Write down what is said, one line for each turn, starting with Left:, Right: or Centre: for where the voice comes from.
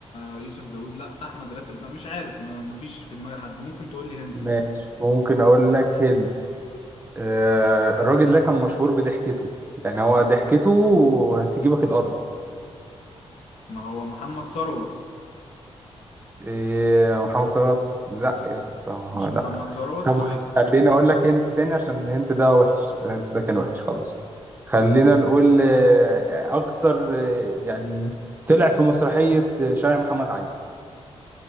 Left: آه، يوسف داوود لا أحمد راتب ما مش عارف ما مفيش في دماغي حد ممكن تقول لي هنت
Right: ماشي
Left: مثلا
Right: ممكن اقول لك هند آه، الراجل ده كان مشهور بضحكته يعني هو ضحكته هتجيبك الارض
Left: ما هو محمد ثروت
Right: إيه محمد ثروت لا يا اسطى
Left: مش محمد
Right: لا
Left: ثروت
Right: طب
Left: طيب
Right: خليني اقول لك هنت تاني عشان الهنت ده وحش الهنت ده كان وحش خلاص خلينا نقول آه، اكتر آه، يعني طلع في مسرحية آه، شارع محمد علي